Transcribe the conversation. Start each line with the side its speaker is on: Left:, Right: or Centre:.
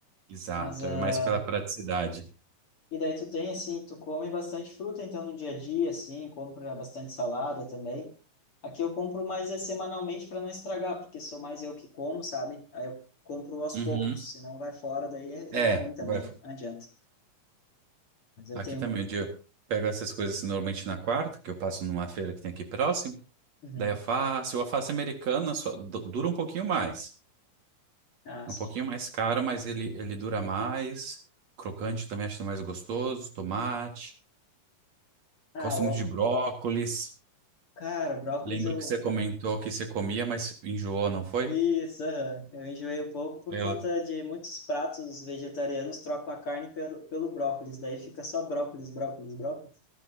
Right: exato.
Left: Mas, ah,
Right: É mais pela praticidade.
Left: e daí tu tem, assim, tu come bastante fruta, então, no dia a dia, assim, compra bastante salada também. Aqui eu compro mais é semanalmente para não estragar, porque sou mais eu que como, sabe? Aí eu compro aos
Right: Uhum.
Left: poucos, se não vai fora, daí é,
Right: É,
Left: é ruim também,
Right: vai. fo-
Left: né? Não adianta. Mas eu
Right: Aqui
Left: tenho...
Right: também, onde eu pego essas coisas assim, normalmente na quarta, que eu passo numa feira que tem aqui próximo.
Left: Uhum.
Right: Daí eu faço, o alface americana só du- dura um pouquinho mais.
Left: Ah,
Right: É
Left: sim.
Right: Um pouquinho mais caro, mas ele, ele dura mais. Crocante também acho mais gostoso. Tomate.
Left: Ah,
Right: Gosto
Left: o...
Right: muito de brócolis.
Left: Cara, o brócolis
Right: Lembro
Left: eu...
Right: que você comentou que você comia, mas enjoou, não foi?
Left: Isso, aham. Eu enjoei um pouco por
Right: Eu,
Left: conta de muitos pratos vegetarianos trocam a carne pelo, pelo brócolis, daí fica só brócolis, brócolis, brócolis.